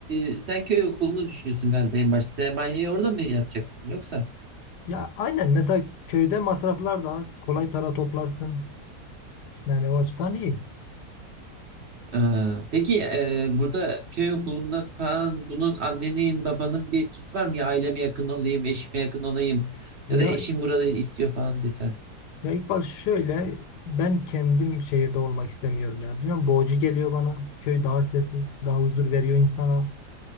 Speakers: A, on the right; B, on the left.
A: e, sen köy okulunu düşünüyorsun galiba en başta. Sermayeyi orada mı yapacaksın yoksa?
B: Ya aynen mesela köyde masraflar da az. Kolay para toplarsın. Yani o açıdan iyi.
A: Ee, peki e, burada köy okulunda falan bunun annenin babanın bir etkisi var mı? Ya aileme yakın olayım, eşime yakın olayım
B: Ya
A: ya da eşim burada istiyor falan desen.
B: Ya İkbal şöyle ben kendim şehirde olmak istemiyorum ya. Bilmiyorum boğucu geliyor bana. Köy daha sessiz, daha huzur veriyor insana.